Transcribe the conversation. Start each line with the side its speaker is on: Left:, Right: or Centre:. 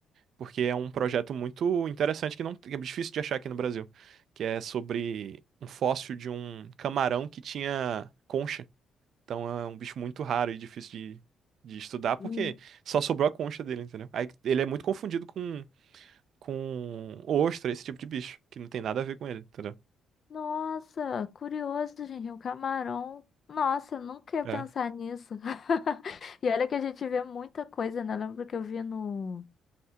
Right: porque é um projeto muito interessante que não que é difícil de achar aqui no Brasil, que é sobre um fóssil de um camarão que tinha concha então é um bicho muito raro e difícil de, de estudar, porque
Left: Hum.
Right: só sobrou a concha dele, entendeu? Aí ele é muito confundido com, com ostra, esse tipo de bicho, que não tem nada a ver com ele, entendeu?
Left: Nossa, curioso, gente. Um camarão. Nossa, eu nunca ia
Right: É.
Left: pensar nisso. <laughs> E olha que a gente vê muita coisa, né? Eu Lembro que eu vi no,